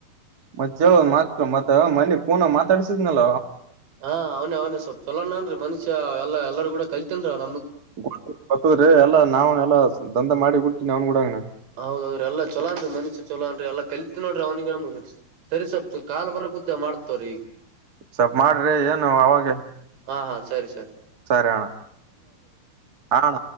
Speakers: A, on the right (about 55°); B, on the right (about 80°).
A: ಮತ್ತ ಚಲೋ ಮಾತ ಮಾತ ಮನೆ ಕನ ಮಾತಾಡಿಸ ನಲ
B: ಹಾ ಅವ್ನ ಅವ್ನ ಸ್ವಲ್ಪ್ ಚಛಲೋ ನನ್ ಮನುಷ್ಯ ಎಲ್ಲ ಎಲ್ಲಾರೂ ಕೂಡ ಕಲ್ತನ್ರೀ ಅವ
A: ಗ ಗತದ್ರಿ ಎಲ್ಲಾ ನಾವನ್ ಎಲ್ಲಾ ದಂಧೆ ಮಾಡಿ ಗುಟ್ಟೀ ಅವ್ನ್ ಗೂಡಗನ
B: ಹೌದೌ್ರ ಎಲ್ಲಾ ಚೊಲಾನ ಮನುಷ್ಯ ಚಲಾನ್ ಎಲ್ಲಾ ಕಲತ್ ನೋಡ್ರಿ ಅವ್ನಿಗೆಮ ಸರಿ ಸವಲ್ಪ್ ಕಾಲ್ ಬರ ಗುದ್ದ ಮಾಡ್ತವ್ರ ಈಗ
A: ಸ್ವಪ್ ಮಾಡ್ರಿ ಏನು ಅವಾಗ
B: ಹಾ ಹಾ ಸರಿ ಸರ್
A: ಸರಿಯಣ ಆಣ